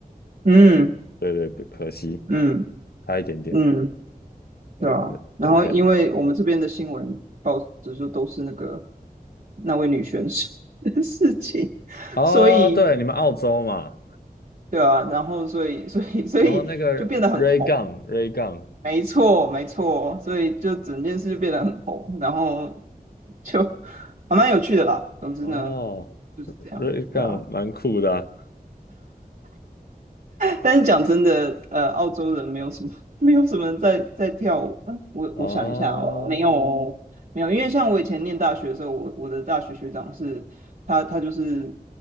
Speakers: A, on the right; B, on the left.
A: 嗯
B: 对对，可惜。
A: 嗯
B: 差一点点，
A: 嗯，对啊，
B: 对对对，
A: 然后因为我们这边的新闻报纸就都是那个
B: 对太
A: 那位女选手的事情。
B: 哦，
A: 所以
B: 对，你们澳洲嘛，
A: 对啊，然后所以 <laughs> 所以所以就变得很红，
B: 哦，那个 Ray Gun Ray Gun，
A: 没错没错，所以就整件事变得很红，然后就还蛮有趣的啦。总之呢，
B: 哦
A: 就是这样，
B: ，Ray Gun
A: 对啊。
B: 蛮酷的啊
A: 但是讲真的，呃，澳洲人没有什么，没有什么人在在跳舞。嗯，我我想一下哦，
B: 哦
A: 没有哦，没有，因为像我以前念大学的时候，我我的大学学长是，他他就是